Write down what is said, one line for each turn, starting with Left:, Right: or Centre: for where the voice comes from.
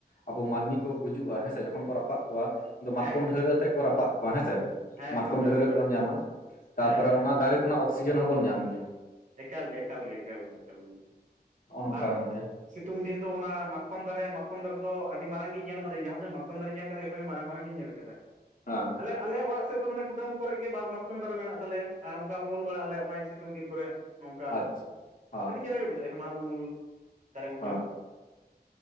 Left: ᱟᱵᱚ ᱢᱟᱱᱢᱤ ᱠᱚ ᱜᱩᱡᱩᱜᱼᱟ ᱦᱮᱸ ᱥᱮ ᱡᱚᱠᱷᱚᱱ ᱠᱚ ᱨᱟᱯᱟᱜ ᱠᱚᱣᱟ ᱫᱚ ᱢᱟᱛᱠᱚᱢ
Right: ᱦᱮᱸ ᱜᱚᱝᱠᱮ
Left: ᱰᱷᱟᱹᱣᱨᱟᱹᱜ ᱟᱛᱮᱜ ᱠᱚ ᱨᱟᱯᱟᱜ ᱠᱚᱣᱟ ᱦᱮᱸᱥᱮ
Right: ᱦᱮᱸ
Left: ᱢᱟᱛᱠᱚᱢ
Right: ᱮᱠᱫᱚᱢ
Left: ᱰᱷᱟᱹᱣᱨᱟᱹᱜ
Right: ᱮᱠᱫᱚᱢ
Left: ᱵᱚᱱ
Right: ᱮᱠᱫᱚᱢ
Left: ᱧᱟᱢᱟ ᱛᱟᱯᱚᱨᱮ
Right: ᱦᱮᱸ ᱦᱮᱸ
Left: ᱚᱱᱟ ᱫᱟᱨᱮ
Right: ᱦᱮᱸ
Left: ᱚᱱᱟ ᱚᱠᱥᱤᱡᱮᱱ ᱦᱚᱸᱵᱚᱱ ᱧᱟᱢ ᱜᱮᱭᱟ᱾
Right: ᱮᱠᱟᱞ ᱜᱮ ᱮᱠᱟᱞ ᱜᱮ ᱮᱠᱟᱞ ᱜᱮ ᱮᱠᱟᱞ ᱜᱤ
Left: ᱱᱚᱜᱼᱚ ᱱᱚᱝᱠᱟ
Right: ᱟᱨ
Left: ᱜᱚᱝᱠᱮ
Right: ᱥᱤᱛᱩᱝ ᱫᱤᱱ ᱫᱚ ᱚᱱᱟ ᱢᱟᱛᱠᱚᱢ ᱫᱟᱨᱮ ᱢᱟᱛᱠᱚᱢ ᱫᱟᱨᱮ ᱫᱚ ᱟᱰᱤ ᱢᱟᱨᱟᱝ ᱜᱮᱧ ᱧᱮᱞ ᱟᱠᱟᱫᱟᱹᱧ ᱡᱟᱸᱦᱟᱸ ᱛᱤᱱᱟᱹᱜ ᱢᱟᱛᱠᱚᱢ ᱫᱟᱨᱮᱧ ᱧᱮᱞ ᱟᱠᱟᱫᱟ ᱡᱚᱛᱚ ᱜᱮ ᱢᱟᱨᱟᱝ ᱢᱟᱨᱟᱝᱜᱤᱧ ᱧᱮᱞ ᱠᱟ ᱠᱟᱫᱟ
Left: ᱦᱮᱸ
Right: ᱟᱞᱮ ᱚᱲᱟᱜ ᱥᱮᱜ ᱫᱚ ᱢᱟᱱᱮ ᱠᱩᱰᱟᱹᱢ ᱠᱚᱨᱮ ᱜᱮ ᱵᱟᱨ ᱢᱟᱛᱠᱚᱢ ᱫᱟᱨᱮ ᱢᱮᱱᱟᱜ ᱛᱟᱞᱮᱭᱟ ᱟᱨ ᱚᱱᱠᱟ ᱩᱢᱩᱞ ᱵᱟᱲᱟ ᱟᱞᱮ ᱱᱚᱜᱼᱚᱭ ᱥᱤᱛᱩᱝ ᱫᱤᱱ ᱠᱚᱨᱮ᱾ ᱱᱚᱝᱠᱟ
Left: ᱟᱪᱪᱷᱟ ᱦᱮᱸ
Right: ᱟᱰᱤ ᱪᱮᱦᱨᱟ ᱜᱮ ᱵᱩᱡᱷᱟᱹᱜᱼᱟ ᱦᱮᱢᱟᱞ ᱩᱢᱩᱞ ᱫᱟᱨᱮ ᱵᱩᱴᱟᱹ᱾
Left: ᱦᱮᱸ